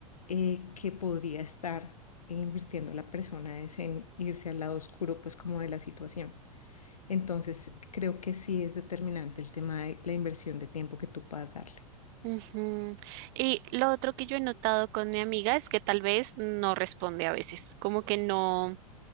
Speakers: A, on the left; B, on the right.
A: eh, que podría estar invirtiendo la persona es en irse al lado oscuro, pues como de la situación. Entonces, creo que sí es determinante el tema de la inversión de tiempo que tú puedas darle.
B: Ujú. Y lo otro que yo he notado con mi amiga es que tal vez no responde a veces, como que no,